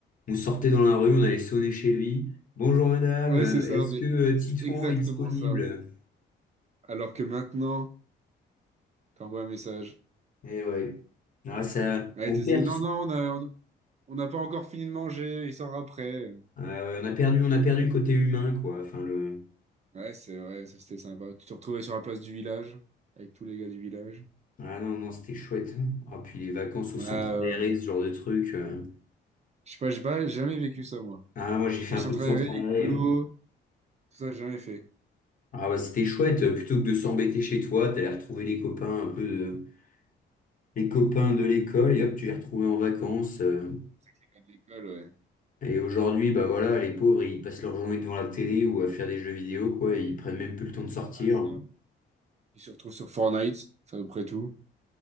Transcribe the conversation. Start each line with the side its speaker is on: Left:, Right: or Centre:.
Left: on sortait dans la rue, on allait sonner chez lui. Bonjour madame,
Right: Ouais,
Left: euh,
Right: c'est ça,
Left: est-ce
Right: mais
Left: que euh,
Right: c'est
Left: Titouan
Right: exactement
Left: est disponible?
Right: ça. Alors que maintenant, t'envoies un message.
Left: Eh ouais. Ah, ça,
Right: Ouais,
Left: on
Right: il te
Left: perd...
Right: disait, non, non, on a, on n'a pas encore fini de manger, il sort après.
Left: Ah ouais, on a perdu, on a perdu le côté humain, quoi. Enfin, le...
Right: Ouais, c'est vrai, ça c'était sympa. Tu te retrouvais sur la place du village, avec tous les gars du village.
Left: Ah non, non, c'était chouette. hein. Ah, puis les vacances
Right: Ouais,
Left: au centre
Right: ouais,
Left: aéré,
Right: ouais.
Left: ce genre de truc. euh.
Right: je sais pas, j'ai pas jamais vécu ça, moi.
Left: Ah, moi, j'ai fait
Right: Genre
Left: un
Right: sans
Left: peu
Right: travailler,
Left: de centre aéré.
Right: écolo, tout ça, j'ai jamais fait.
Left: Ah, bah, c'était chouette. euh, Plutôt que de s'embêter chez toi, t'allais retrouver les copains un peu de... les copains de l'école et hop, tu les retrouvais en vacances. euh.
Right: Les gars de l'école, ouais.
Left: Et aujourd'hui, bah voilà, les pauvres, ils passent leur journée devant la télé ou à faire des jeux vidéo, quoi. Ils prennent même plus le temps de sortir.
Right: Ouais, ça. Ils se retrouvent sur Fortnite, c'est à peu près tout.